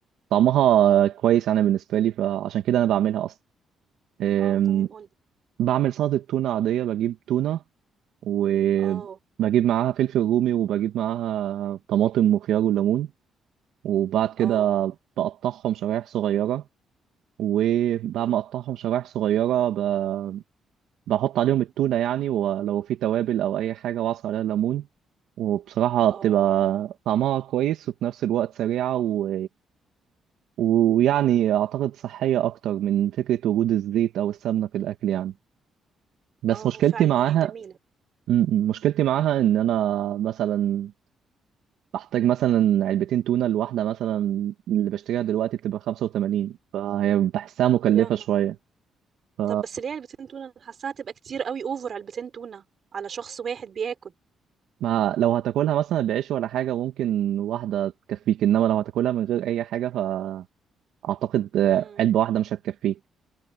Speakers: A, on the right; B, on the right.
A: طعمها كويس أنا بالنسبة لي فعشان كده أنا بعملها أصلا أم،
B: اه تمام قولي
A: بعمل سلطة تونة عادية بجيب تونة وبجيب
B: اه
A: معاها فلفل رومي وبجيب معاها طماطم وخيار وليمون وبعد كده
B: اه
A: بقطعهم شرايح صغيرة وبعد
B: مم،
A: ما أقطعهم شرايح صغيرة ب- بحط عليهم التونة يعني ولو في توابل أو أي حاجة وأعصر عليها ليمون وبصراحة
B: اه
A: بتبقى طعمها كويس وفي نفس الوقت سريعة و... ويعني أعتقد صحية أكتر من فكرة وجود الزيت أو السمنة في الأكل يعني بس
B: اه
A: مشكلتي
B: فعلا
A: معاها
B: هي جميلة
A: م- م- مشكلتي معاها إن أنا مثلا بحتاج مثلا علبتين تونة الواحدة مثلا اللي بشتريها دلوقتي بتبقى خمسة وتمانين فهي بحسها مكلفة
B: يا نهار
A: شوية ف
B: طب بس ليه علبتين تونة أنا حاساها هتبقى كتير قوي اوفر علبتين تونة على شخص واحد بياكل
A: ما لو هتاكلها مثلا بعيش ولا حاجة ممكن واحدة تكفيك إنما لو هتاكلها من غير أي حاجة فأعتقد آه،
B: امم
A: علبة واحدة مش هتكفيك